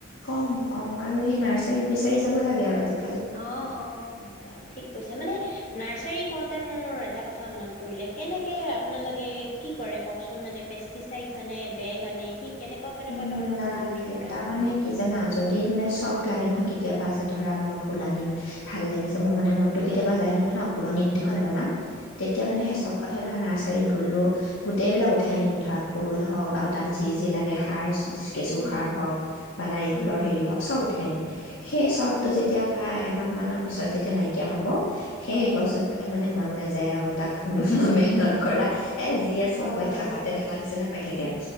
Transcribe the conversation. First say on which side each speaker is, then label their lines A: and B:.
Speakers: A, on the left; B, on the left.
A: কম কম আৰু সেই নাৰ্চাৰীত
B: তাকে
A: বেছি চাৰি চাব লাগে আৰু আজি
B: অ অ অ ঠিক কৈছে মানে নাৰ্চাৰী কত তে মোৰ এটা কথা মনত পৰিলে কেনেকে আপোনালোকে কি কৰে কওকচোন মানে পেষ্টিচাইডছ আনে বেগ আনে কি কেনেকুৱা কেনেকুৱা
A: উম
B: ধৰণৰ
A: নাই
B: সঁজুলিবোৰ
A: তাৰমানে
B: আনে বাৰু
A: কি জানা যদি মানে চখ লাগে নহয় কেতিয়াবা যে ধৰা মই ফুল আনিম ভাল লাগিছে ম মানে মনটো কেতিয়াবা
B: হয়
A: যাই নহয় ন ফুলনি গোটেইখন
B: হয়
A: বনাম তেতিয়া
B: হয়
A: মানে
B: হয়
A: সেই চখত হে ধৰা নাৰ্চাৰী চাৰীত গ'লোঁ গোটেইবিলাক উঠাই আনিম ধৰা ফুল হওক আৰু তাত যি যি লাগে আইছ কেঁচু
B: উম
A: সাৰ হওক বা নাৰিকলৰ
B: উম
A: হেৰি হওক চব উঠাই আনিম সেই চখটো
B: উম
A: যেতিয়া ধৰা এমাহমানৰ পিছত যেতিয়া নাইকিয়া হ'ব। সেয়ে
B: হয়
A: গছজোপালে মানে মন নাযায় আৰু তাক মেহনত কৰা এ যি আছ
B: অ
A: হৈ থাক
B: অ
A: তেনেকুৱা
B: অ
A: নিচিনা হৈ থাকে